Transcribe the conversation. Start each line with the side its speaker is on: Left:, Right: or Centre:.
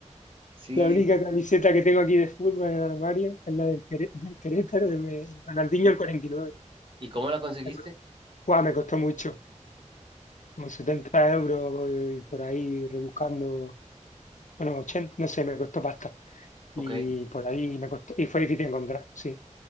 Right: Sí.
Left: la única camiseta que tengo aquí de fútbol en el armario es la del, Queré- del Querétaro, de me- Ronaldinho
Right: ¿Y,
Left: el 49.
Right: y cómo la conseguiste?
Left: Me co- Guau, me costó mucho, como 70 euros voy por ahí rebuscando, bueno, 80, no sé, me costó pasta. Y
Right: Ok.
Left: por ahí me costó, y fue difícil encontrar, sí,